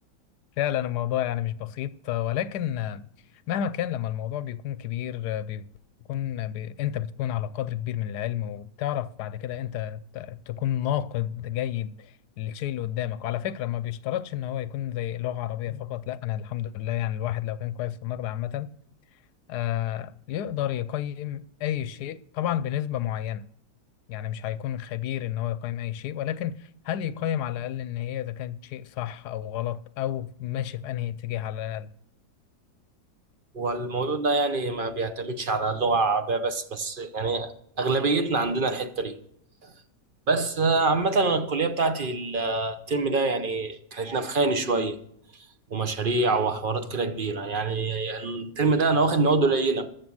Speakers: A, on the left; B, on the right.
A: فعلا الموضوع يعني مش بسيط آه، ولكن آه، مهما كان لما الموضوع بيكون كبير آه، بيكون آه، بي... انت بتكون على قدر كبير من العلم وبتعرف بعد كده انت ت- تكون ناقد جيد للشيء اللي قدامك وعلى فكرة ما بيشترطش ان هو يكون زي لغة عربية فقط لا انا الحمد لله يعني الواحد لو كان كويس في النقد عامة آه، يقدر يقيم اي شيء طبعا بنسبة معينة يعني مش هيكون خبير ان هو يقيم اي شيء ولكن هل يقيم على الاقل ان هي اذا كانت شيء صح او غلط او ماشي في انهي اتجاه على الاقل
B: والموضوع ده يعني ما بيعتمدش على اللغه العربيه بس بس يعني اغلبيتنا عندنا الحته دي بس آه، عامه أنا الكليه بتاعتي الترم ده يعني كانت نفخاني شويه ومشاريع وحوارات كده كبيرة يعني الترم ده أنا واخد مواد قليلة